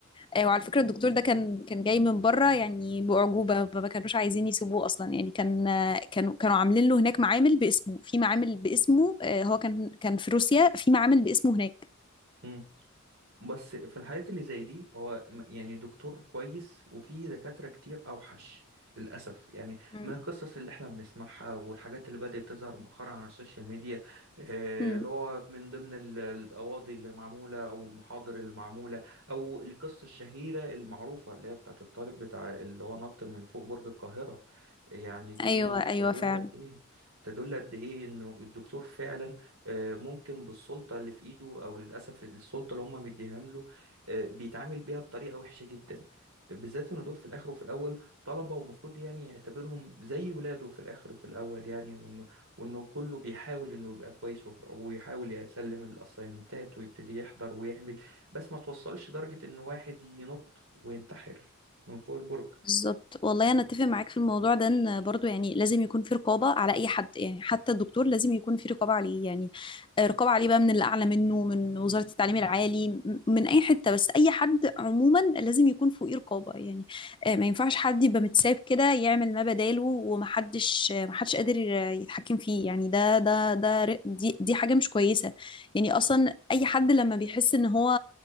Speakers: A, on the left; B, on the right.
A: آه، وعلى فكرة الدكتور ده كان كان جاي من بره يعني بأعجوبة ما ما كانوش عايزين يسيبوه أصلا يعني كان آه، كانوا كانوا عاملين له هناك معامل باسمه في معامل باسمه آه، هو كان كان في روسيا في معامل باسمه هناك
B: مم. بس في الحالات اللي زي دي هو م- يعني دكتور كويس وفي دكاترة كتير أوحش للأسف يعني
A: مم.
B: من القصص اللي احنا بنسمعها والحاجات اللي بدأت تظهر مؤخرا على السوشيال ميديا آه،
A: مم.
B: اللي هو من ضمن ال- القواضي اللي معمولة أو المحاضر اللي معمولة أو القصة الشهيرة المعروفة اللي هي بتاعت الطالب بتاع اللي هو نط من فوق برج القاهرة يعني دي
A: أيوه أيوه
B: تدل
A: فعلا
B: قد إيه تدل قد إيه إنه الدكتور فعلا آه، ممكن بالسلطة اللي في إيده أو للأسف السلطة اللي هم مديهام له آه، بيتعامل بيها بطريقة وحشة جدا بالذات إن دول في الآخر وفي الأول طلبة ومفروض يعني يعتبرهم زي ولاده في الآخر وفي الأول يعني وإنه وإنه كله بيحاول إنه يبقى كويس وح- ويحاول يسلم الأسايمنتات ويبتدي يحضر ويعمل بس ما توصلش درجة إن واحد ينط وينتحر من فوق البرج
A: بالظبط والله انا اتفق معاك في الموضوع ده ان برضو يعني لازم يكون في رقابه على اي حد يعني حتى الدكتور لازم يكون في رقابه عليه يعني آه، رقابه عليه بقى من اللي اعلى منه من وزاره التعليم العالي م- من اي حته بس اي حد عموما لازم يكون فوقيه رقابه يعني آه، ما ينفعش حد يبقى متساب كده يعمل ما بداله ومحدش آه، محدش قادر آه، يتحكم فيه يعني ده ده ده ر- دي دي حاجه مش كويسه يعني اصلا اي حد لما بيحس ان هو